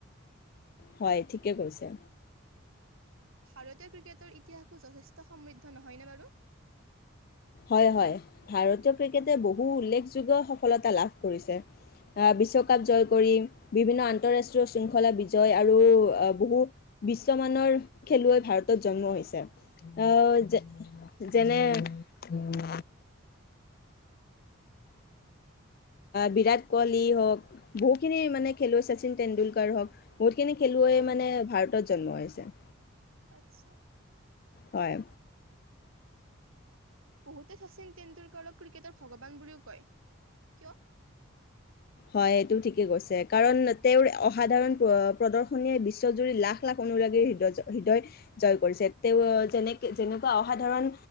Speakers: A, on the left; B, on the right.
A: হয় ঠিকে কৈছে
B: ভাৰতীয় ক্ৰিকেটৰ ইতিহাসো যথেষ্ট সমৃদ্ধ নহয়নে বাৰু
A: হয় হয় ভাৰতীয় ক্ৰিকেটে বহু উল্লেখযোগ্য সফলতা লাভ কৰিছে আহ বিশ্বকাপ জয় কৰি বিভিন্ন আন্তৰাষ্ট্ৰীয় শৃংখলা বিজয় আৰু বহু বিশ্বমানৰ খেলুৱৈ ভাৰতত জন্ম হৈছে আহ যেনে টো পে বিৰাট কোৱলি হওঁক বহুতখিনি মানে খেলুৱৈ শচীন টেণ্ডুলকাৰ হওক বহুতখিনি খেলুৱৈ
B: হয়,
A: মানে ভাৰতত জন্ম হৈছে
B: আচ্ছা
A: হয়
B: বহুতে শচীন তেটেণ্ডুলকাৰক ক্ৰিকেটৰ ভগৱান বুলিও কয় কিয়?
A: হয় এইটো ঠিকেই কৈছে কাৰণ তেওঁৰ অসাধাৰণ প্ৰদৰ্শনীয়ে বিশ্বজুৰি লাখ লাখ অনুৰাগীৰ হৃদয় হৃদয় জয় কৰিছে তেওঁ যেনেকে যেনেকুৱা অসাধাৰণ